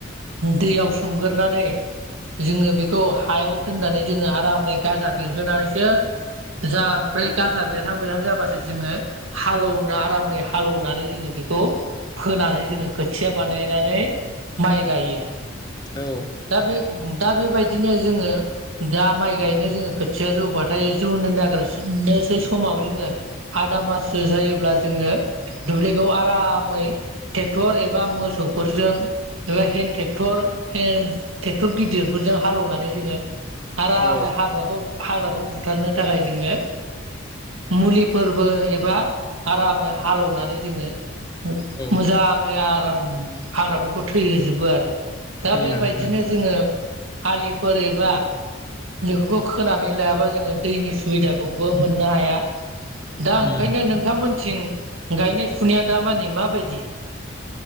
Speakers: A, on the right (about 80°); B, on the left (about 20°).
A: दैयाव सोमगोरनानै जोङो बे। खौ हायाव दोननानै जोङो आरामै गाजा बेरहोनानैसो। जा ओमफ्राय गाजा बेरहां बेरहां जाबासो जोङो हालोवना आरामै हालेवनानै जोङो। बेखौ फोनानै जोङो खोथिया बानायनानै माइ गायो।
B: औ।
A: दा बे दा बेबायदिनो जोङो। दा माइ गायनो जोङो खोथिया जौबाथाय जौनो नागिरनोसै समाव जोङो हा आदा माससो जायोब्ला जोङो दुब्लिखौ आरामै टेक्टर एबा मोसौफोर। जों एबा हेन टेकटर हेन टेकटर गिदिरफोरजों। हालेवनानै जोङो आरामै
B: औ
A: हाग्राखौ हाग्राखौ बुथारनो थाखाय जोङो। मुलिफोरबो एबा आरामै हालेवनानै जोङो।
B: औ
A: मोजाङै आराम हाग्राफोरखौ थैहोजोबो आरो। दा
B: उम
A: बेबायदिनो
B: उम
A: जोङो आलिफोर एबा। बेफोरखौ खोनानै लायाबा जोङो दैनि सुबिदाखौबो मोननो हाया। दा ओंखायनो
B: उम
A: नोंथांमोनथिं गायनाय फुनाया दामानि माबायदि। <inaudible>